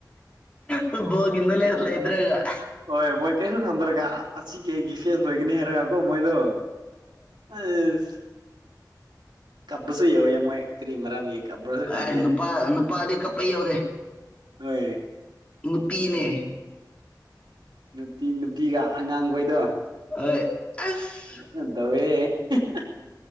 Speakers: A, on the left (about 15°); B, on the right (about 90°).
A: ꯐꯣꯠꯕꯣꯜꯒꯤ ꯅꯣꯂꯦꯁ ꯂꯩꯇ꯭ꯔꯒ
B: ꯍꯣꯏ ꯃꯣꯏ ꯀꯩꯁꯨ ꯈꯪꯗ꯭ꯔꯒ ꯑꯁꯤꯒꯤ ꯑꯩꯒꯤ ꯐꯦꯟꯁ ꯑꯣꯏꯒꯅꯤ ꯍꯥꯏꯔꯒꯀꯣ ꯃꯣꯏꯗꯣ ꯑꯁ ꯀꯞꯄꯁꯨ ꯌꯧꯋꯦ ꯃꯣꯏ ꯀꯔꯤ ꯃꯔꯝꯒꯤ ꯀꯞꯄ꯭ꯔꯁꯨ
A: <unintelligible>
B: ꯈꯪꯗꯦ
A: ꯅꯨꯄꯥ ꯅꯨꯄꯥꯗꯤ ꯀꯞꯄ ꯌꯥꯎꯗꯦ
B: ꯍꯣꯏ
A: ꯅꯨꯨꯄꯤꯅꯦ
B: ꯅꯨꯄꯤ ꯅꯨꯄꯤꯒ ꯑꯉꯥꯡꯈꯣꯏꯗꯣ
A: ꯍꯣꯏ ꯑꯁ
B: ꯐꯖꯅ ꯇꯧꯋꯦꯍꯦ <unintelligible>